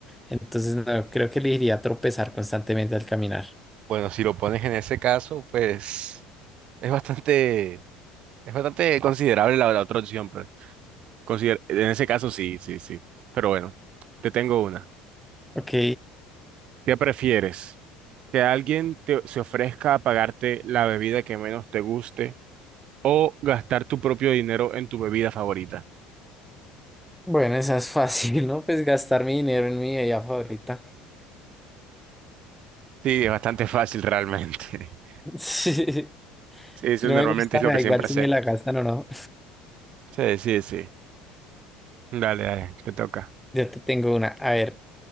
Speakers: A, in the centre; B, on the right (about 40°).
A: Entonces, no, creo que le iría a tropezar constantemente al caminar.
B: Bueno, si lo pones en ese caso, pues es bastante, es bastante considerable la, la otra opción, pues. Consider- en ese caso sí, sí, sí. Pero bueno, te tengo una.
A: Ok,
B: ¿Qué prefieres? ¿Que alguien te- se ofrezca a pagarte la bebida que menos te guste o gastar tu propio dinero en tu bebida favorita?
A: bueno, esa es fácil, ¿no? Pues gastar mi dinero en mi bebida favorita. <laughs>
B: Sí, es bastante fácil realmente. <laughs>
A: Sí.
B: Sí, eso
A: Si no
B: normalmente
A: me gusta,
B: es lo
A: me
B: que
A: da
B: siempre
A: igual si
B: hacemos.
A: me la gastan o no.
B: Sí, sí, sí. Dale, dale, te toca.
A: Yo te tengo una. A ver,